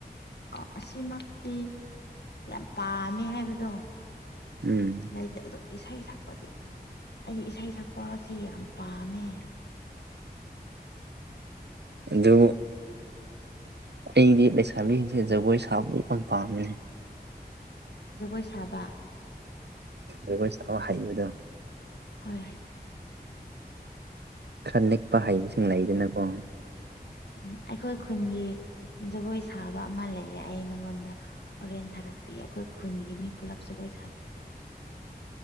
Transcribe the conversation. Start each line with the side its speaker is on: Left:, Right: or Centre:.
Left: ꯑꯣ ꯑꯁꯤꯃꯛꯇꯤ ꯌꯥꯝ ꯄꯥꯝꯃꯦ ꯍꯥꯏꯕꯗꯣ
Right: ꯎꯝ
Left: ꯂꯩꯇꯦ ꯑꯗꯣ ꯏꯁꯩ ꯁꯛꯄꯗꯤ ꯑꯩꯗꯤ ꯏꯁꯩ ꯁꯛꯄ ꯑꯁꯤ ꯌꯥꯝ ꯄꯥꯝꯃꯦ
Right: ꯑꯗꯨ ꯑꯩꯗꯤ ꯂꯩꯁꯥꯕꯤꯁꯤꯡꯁꯦ ꯖꯒꯣꯏ ꯁꯥꯕꯗꯤ ꯌꯥꯝ ꯄꯥꯝꯃꯤ
Left: ꯖꯒꯣꯏ ꯁꯥꯕ
Right: ꯖꯒꯣꯏ ꯁꯥꯥꯛꯈꯕ ꯍꯩꯏꯕꯗꯣ
Left: ꯍꯣꯏ
Right: ꯈꯔ ꯅꯦꯛꯄ ꯍꯩꯕꯁꯤꯡ ꯂꯩꯗꯅꯀꯣ
Left: ꯎꯝ ꯑꯩꯈꯣꯏ ꯈꯨꯟꯒꯤ ꯖꯒꯣꯏ ꯁꯥꯕ ꯑꯃ ꯂꯩꯌꯦ ꯑꯩ ꯅꯪꯉꯣꯟꯗ ꯍꯣꯔꯦꯟ ꯊꯥꯔꯛꯄꯤ ꯑꯩꯈꯣꯏ ꯈꯨꯟꯒꯤ ꯃꯤ ꯄꯨꯂꯞ ꯖꯒꯣꯏ ꯁꯥꯕꯤꯌꯨ
Right: <inaudible>